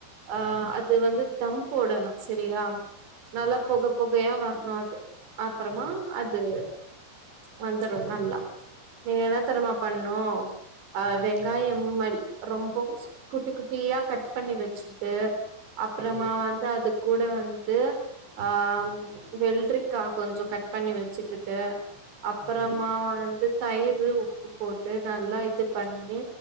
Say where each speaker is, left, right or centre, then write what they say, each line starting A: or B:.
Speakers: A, on the right (about 90°); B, on the right (about 75°).
A: ஆ
B: ம்.
A: அ து வந்து தம் போடணு செரியா
B: சரிங்க.
A: நல்லா பொக பொகயா வரணு அது அப்புறமா
B: ம்.
A: அது வந்துரு நல்லா நீங்க என்ன தெரிமா பண்ணு அ
B: ம்
A: வெங்காயம்
B: என்ன பண்ணு
A: மாரி ரொம்போ சு குட்டி குட்டியா கட் பண்ணி வெச்சுட்டு அப்புறமா
B: ம்
A: வந்து அது கூட வந்து ஆ
B: ம்
A: வெள்ட்ரிக் க்கா கொஞ்சோ கட் பண்ணி வெச்சுக்கிட்டு அப்புறமா
B: ம்
A: வந்து தயிரு உப் பு போட்டு நல்லா இது பண்ணி